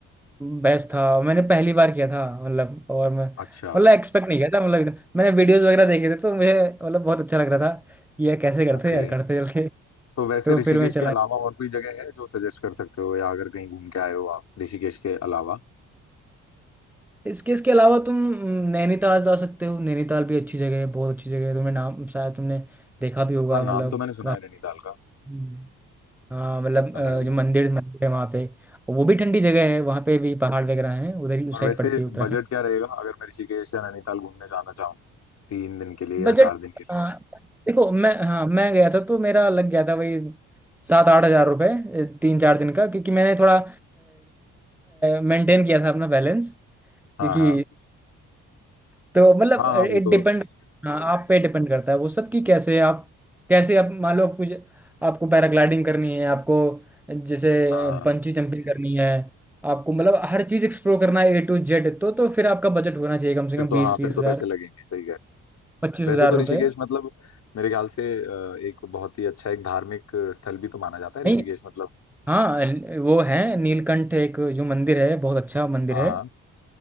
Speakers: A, in the centre; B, on the left.
A: बेस्ट था मैंने पहली बार किया था मतलब और मैं
B: अच्छा
A: मतलब एक्सपेक्ट नहीं किया था मतलब मैंने वीडियोस वगैरह देखे थे तो मुझे मतलब बहुत अच्छा लग रहा था कि यार कैसे करते
B: ओके
A: हैं यार करते चल के
B: तो वैसे
A: तो
B: ऋषिकेश
A: फिर मैं चला
B: के अलावा और कोई जगह है जो सजेस्ट कर सकते हो या अगर कहीं घूम के आए हो आप ऋषिकेश के अलावा
A: इसके इसके अलावा तुम हम्म, नैनीताल जा सकते हो नैनीताल भी अच्छी जगह है बहुत अच्छी जगह है तुम्हें नाम शायद तुमने देखा भी होगा
B: हाँ नाम
A: मतलब
B: तो मैंने सुना
A: वहाँ
B: है नैनीताल का
A: हम्म। हाँ मतलब
B: समझ
A: अ,
B: गया
A: जो मंदिर मंदिर है वहाँ पे वो भी ठंडी जगह है वहाँ पे भी पहाड़ वगैरह हैं उधर ही उस
B: और
A: साइड
B: वैसे
A: पड़ती है उत्तराखंड
B: बजट क्या रहेगा अगर मैं ऋषिकेश या नैनीताल घूमने जाना चाहूँ तीन दिन के लिए या
A: बजट
B: चार दिन के लिए
A: अ, देखो मैं हाँ मैं गया था तो मेरा लग गया था वही सात आठ हजार रुपये अ, तीन चार दिन का क्योंकि मैंने थोड़ा मेंटेन किया था अपना बैलेंस
B: हाँ
A: क्योंकि
B: हाँ
A: तो मतलब
B: हाँ हाँ
A: इट
B: वो तो
A: डिपेंड
B: है।
A: हाँ आप पे डिपेंड करता है वो सब कि कैसे आप कैसे आप मान लो आप कुछ आपको पैराग्लाइडिंग करनी है आपको जैसे
B: हाँ
A: पंची जंपिंग करनी है आपको मतलब हर चीज़ एक्सप्लोर करना है ए टू जेड तो तो फिर आपका बजट होना चाहिए कम से
B: फिर
A: कम
B: तो
A: बीस
B: हाँ
A: तीस
B: फिर तो
A: हजार
B: पैसे लगेंगे सही कह रहे हो।
A: पच्चीस हजार
B: वैसे तो
A: रुपये
B: ऋषिकेश मतलब मेरे ख्याल से अ, एक बहुत ही अच्छा एक धार्मिक स्थल भी तो माना जाता है
A: नहीं
B: ऋषिकेश मतलब
A: हाँ वो है नीलकंठ एक जो मंदिर है बहुत अच्छा मंदिर
B: हाँ
A: है
B: हाँ